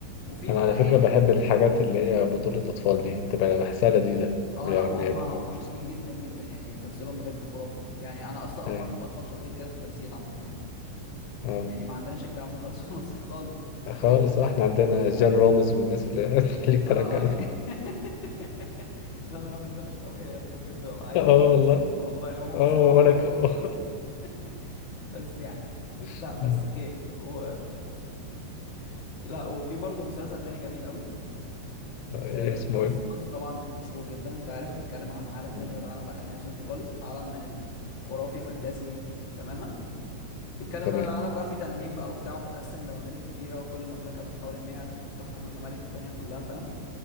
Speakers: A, on the left; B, on the left.
A: وفي
B: انا
A: بقى
B: على فكره
A: ايه
B: بحب الحاجات اللي هي بطوله اطفال دي بتبقى بحسها لذيذه
A: اه
B: يعني
A: لا وهم
B: يعني
A: هم شاطرين جدا جدا يعني تمثيلهم بجد خرافي يعني انا اصلا اول
B: أيوة.
A: مره اشوف اطفال شاطرين كده في التمثيل عامه يعني
B: اه
A: يعني ما عندناش الكلام ده خالص <laughs> في مصر خالص
B: خالص
A: عمري ما شفتها
B: آه، احنا عندنا جان رامز والناس اللي <laughs> تخليك
A: اه
B: ترجع دي.
A: <laughs> جان رامز ده مش طبيعي يا اسطى بجد ببقى عايز
B: اه
A: اموت نفسي
B: والله
A: والله اول
B: اه
A: ما بسمعه
B: وانا ك-
A: <laughs> بس يعني
B: <laughs>
A: لا بس
B: مم.
A: خير و... <laughs> لا وفي برضه مسلسل تاني جميل قوي
B: ايه
A: جيم
B: اسمه
A: اوف
B: ايه
A: ثرونز طبعا مشهور جدا انت عارف بيتكلم عن عالم تاني
B: مم.
A: غير العالم بقى اللي احنا عايشين فيه خالص عالم من الخرافي فانتازي تماما بيتكلم
B: تمام
A: بقى العالم بقى فيه تنانين بقى وبتاع ومتقسم لممالك كتيرة وكل مملكة بتحاول ان هي تحكم الممالك التانية كلها فاهم